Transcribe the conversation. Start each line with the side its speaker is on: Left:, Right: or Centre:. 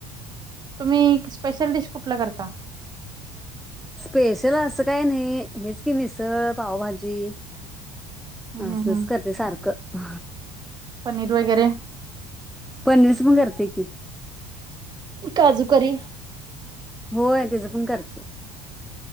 Right: तुम्ही स्पेशल डिश कुठला करता
Centre: स्पेशल असं काही नाही हेच की मिसळ पावभाजी.
Right: हम्म
Centre: अ
Right: हम्म
Centre: असलच
Right: हम्म
Centre: करते सारखं
Right: पनीर वगैरे.
Centre: पणिस पण करते की.
Right: काजू करी,
Centre: होय तेचं पण करते.